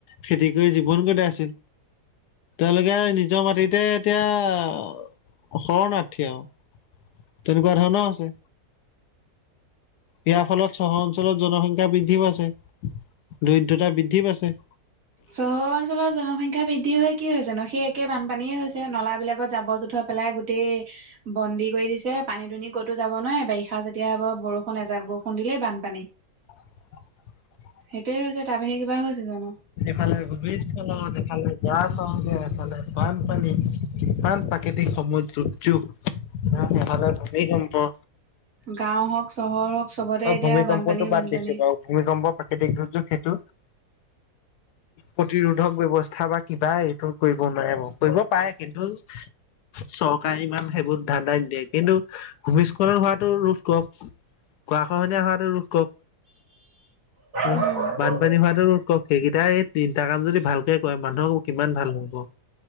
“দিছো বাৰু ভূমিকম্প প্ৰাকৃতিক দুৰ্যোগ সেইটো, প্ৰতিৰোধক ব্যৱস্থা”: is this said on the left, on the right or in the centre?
Left